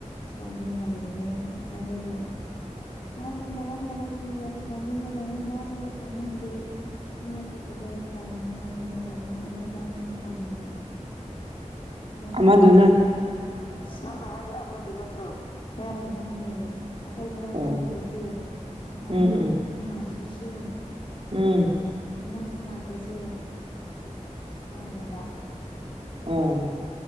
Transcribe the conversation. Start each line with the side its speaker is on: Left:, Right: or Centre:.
Left: ꯆꯥꯃꯤꯟꯅꯔꯤꯅꯦ ꯑꯗꯨꯒꯤ ꯃꯥꯁꯨ ꯃꯔꯛ ꯃꯔꯥꯡꯛꯇ ꯌꯥꯝ ꯁꯝꯅꯤꯡꯕ ꯂꯩ ꯃꯥꯁꯨ ꯁꯝꯅꯤꯡꯗꯤ ꯃꯤ ꯑꯇꯣꯞꯄꯗ ꯇꯝꯅꯤꯡꯉꯥꯏ ꯀꯩꯅꯣ ꯇꯧꯗꯅ ꯑꯩꯉꯣꯟꯗ ꯑꯗꯨꯝ ꯇꯝꯃꯦꯕ ꯃꯔꯛ
Right: ꯑꯃꯗꯨꯅ
Left: ꯃꯔꯛꯇꯤ ꯁꯝꯅ ꯍꯥꯏꯗ ꯑꯃꯗꯨ ꯅꯠꯇ꯭ꯔꯣ ꯍꯣꯏ ꯃꯥꯅꯦ ꯑꯩꯈꯣꯏ ꯃꯅꯥꯛꯇ
Right: ꯑꯣ
Left: ꯂꯩꯕꯁꯦ ꯑꯩꯈꯣꯏ
Right: ꯎꯝ
Left: ꯏꯃꯥꯟꯅꯕꯤꯁꯦ
Right: ꯎꯝ
Left: ꯍꯟꯗꯛꯅ ꯂꯥꯛꯄꯁꯦ ꯃꯥꯅꯦꯕ
Right: ꯎꯝ